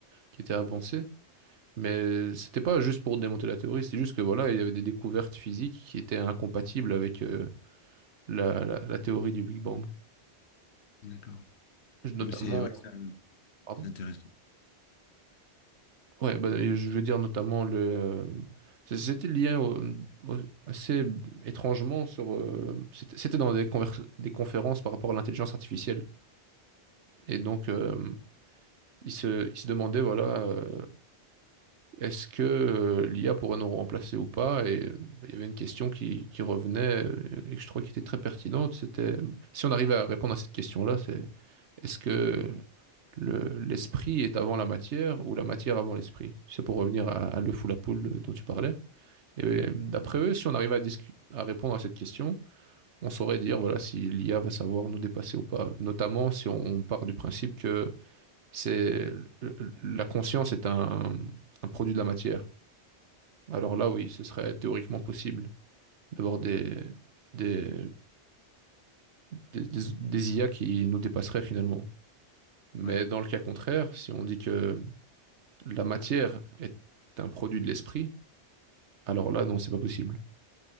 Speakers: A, on the right; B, on the left.
A: qui étaient avancés. Mais c'était pas juste pour démonter la théorie, c'est juste que voilà, il y avait des découvertes physiques qui étaient incompatibles avec euh, la, la- la théorie du Big Bang.
B: d'accord.
A: Notamment,
B: Non, mais c'est ouais, c'est un-
A: pardon?
B: c'est intéressant.
A: Ouais, bah, et je veux dire notamment le. euh, c'est- C'était lié au- au- assez étrangement sur. euh, C'était c'était dans des, convers- des conférences par rapport à l'intelligence artificielle. Et donc, euh, ils se, ils se demandaient, voilà, euh, est-ce que euh, l'IA pourrait nous remplacer ou pas? Et euh, il y avait une question qui, qui revenait euh, et que je trouvais qui était très pertinente. C'était si on arrivait à répondre à cette question-là, c'est est-ce que le- l'esprit est avant la matière ou la matière avant l'esprit? C'est pour revenir à, à l'œuf ou la poule dont tu parlais. Et ben, d'après eux, si on arrivait à, discu- à répondre à cette question, on saurait dire voilà si l'IA va savoir nous dépasser ou pas. Notamment si on, on part du principe que c'est la conscience est un, un produit de la matière. Alors là, oui, ce serait théoriquement possible d'avoir des, des, des, des, des IA qui nous dépasseraient finalement. Mais
B: Ouais.
A: dans le cas contraire, si on dit que la matière est un produit de l'esprit, alors là, non, c'est pas possible.